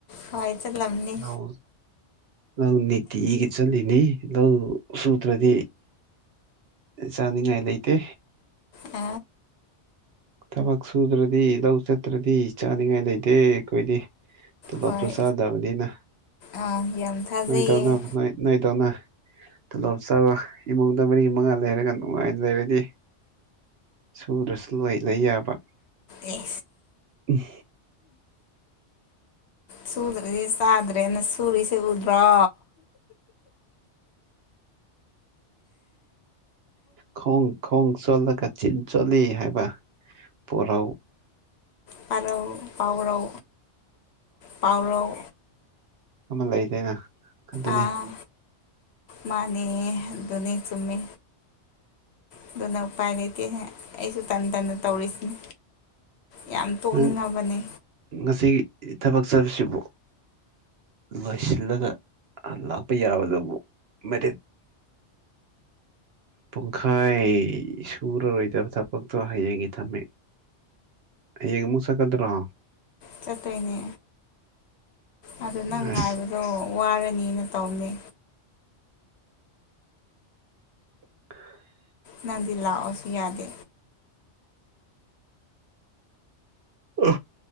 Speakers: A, on the left; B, on the right.
A: ꯍꯣꯏ ꯆꯠꯂꯝꯅꯤ
B: ꯍꯥꯎ ꯅ ꯅꯠꯇ ꯍꯒ ꯆꯂꯅꯤ ꯂꯧ ꯁꯨꯗ꯭ꯔꯗꯤ ꯆꯥꯅꯤꯡꯉꯥꯏ ꯂꯩꯇꯦ
A: ꯑ
B: ꯊꯕꯛ ꯁꯨꯗ꯭ꯔꯗꯤ ꯂꯧ ꯆꯠꯇ꯭ꯔꯗꯤ ꯆꯥꯅꯤꯡꯉꯥꯏ ꯂꯩꯇꯦ ꯑꯩꯈꯣꯏꯗꯤ ꯇꯣꯂꯣꯞꯁꯨ
A: ꯍꯣꯏ
B: ꯆꯥꯗꯕꯅꯤꯅ
A: ꯑꯥ ꯌꯥꯝ ꯊꯥꯖꯩꯌꯦ
B: ꯅꯣꯏꯗꯧꯅ ꯅꯣꯏ ꯅꯣꯏꯗꯧꯅ ꯇꯣꯂꯣꯞ ꯆꯕ ꯏꯃꯨꯡꯗ ꯃꯔꯤ ꯃꯉꯥ ꯂꯩꯔꯒ ꯅꯨꯡꯉꯥꯏꯅ ꯂꯩꯔꯗꯤ ꯁꯨꯗꯁꯨ ꯂꯣꯏ ꯂꯩ ꯌꯥꯕ
A: ꯑꯦ
B: ꯎꯝ
A: ꯁꯨꯗ꯭ꯔꯁꯤ ꯆꯥꯗ꯭ꯔꯦꯅ ꯁꯨꯔꯤꯁꯤꯦ ꯎꯗ꯭ꯔꯣ
B: ꯈꯣꯡ ꯈꯪ ꯆꯣꯠꯂꯒ ꯆꯠ ꯆꯣꯠꯂꯤ ꯍꯥꯏꯕ ꯄꯔꯥꯎ
A: ꯄꯥꯎ ꯄꯥꯎꯔꯧ ꯄꯥꯎꯔꯧ
B: ꯑꯃ ꯂꯩꯗꯅ ꯑꯗꯨꯟꯅꯤ
A: ꯑꯥ ꯃꯥꯅꯦ ꯣꯅꯤ ꯆꯨꯝꯃꯦ ꯑꯗꯨꯅ ꯎꯄꯥꯏ ꯂꯩꯇꯦꯍ ꯑꯩꯁꯨ ꯇꯟ ꯇꯟꯅ ꯇꯧꯔꯤꯁꯤꯅꯦ ꯌꯥꯝ ꯇꯣꯛꯅꯤꯡꯉꯕꯅꯤ
B: ꯅꯪ ꯉꯁꯤ ꯊꯕꯛ ꯆꯠꯕꯁꯤꯕꯨ ꯂꯣꯏꯁꯤꯜꯂꯒ ꯂꯥꯛꯞꯄ ꯌꯥꯕꯗꯕꯨ ꯃꯦ ꯄꯨꯡꯈꯥꯏ ꯁꯨꯔꯔꯣꯏꯗꯕ ꯊꯕꯛꯇꯣ ꯍꯌꯦꯡꯒꯤ ꯊꯝꯃꯦ ꯍꯒ ꯃꯨꯁꯥꯀꯗ꯭ꯔꯥ
A: ꯆꯠꯠꯇꯅꯦ ꯑꯗꯨ ꯅꯪ
B: ꯑꯁ
A: ꯉꯥꯏꯕꯗꯣ ꯋꯥꯔꯅꯤꯅ ꯇꯧꯅꯤ
B: <unintelligible>
A: ꯅꯪꯗꯤ ꯂꯥꯛꯑꯣꯁꯨ ꯌꯥꯗꯦ
B: ꯑ